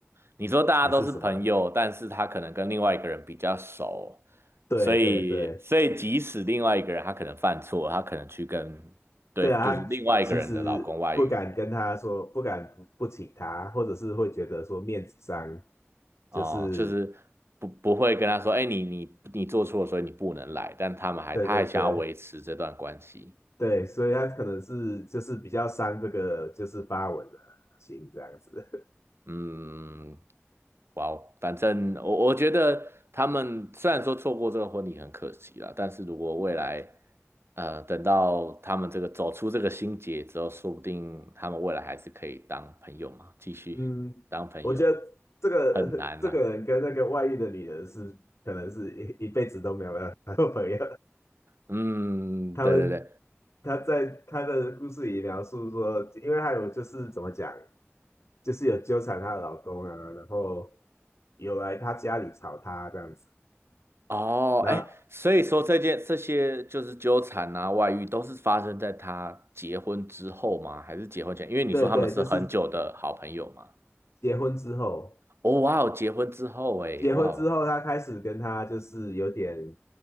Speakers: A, on the right (about 60°); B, on the left (about 75°).
A: 你说大家都是朋友，
B: 还是什么？
A: 但是他可能跟另外一个人比较熟，
B: 对对对
A: 所以所以即使另外一个人他可能犯错，他可能去跟对，
B: 对啊，
A: 就是另外一个人的老公外遇
B: 他其实不敢跟他说，不敢不请他，或者是会觉得说面子上
A: 哦、
B: 就是
A: 就是不不会跟他说，哎，你你你做错了，所以你不能来，但他们还他还想要维持这段关系。
B: 对对对。对，所以他可能是就是比较伤这个就是发文的心这样子。
A: 嗯，哇哦，反正我我觉得他们虽然说错过这个婚礼很可惜啦，但是如果未来，呃，等到他们这个走出这个心结之后，说不定他们未来还是可以当朋友嘛，继续当朋友，
B: <laughs> 嗯，我觉得这个这个人跟那个外遇的女人是可能是一一辈子都没有办法做
A: 很难啦。
B: <laughs> 朋友。
A: 嗯，
B: <laughs> 他们
A: 对对对，
B: 他在他的故事里描述说，因为他有就是怎么讲，就是有纠缠她的老公啊，然后有来他家里吵她这样子。
A: 哦，
B: 然后
A: 哎，所以说这件这些就是纠缠啊、外遇都是发生在他结婚之后吗？还是结婚前？因为你说他们是很久的好朋友嘛。
B: 对对，就是结婚之后。
A: 哦，哇哦，结婚之后哎，
B: 结婚之后，
A: 哇哦，
B: 他开始跟他就是有点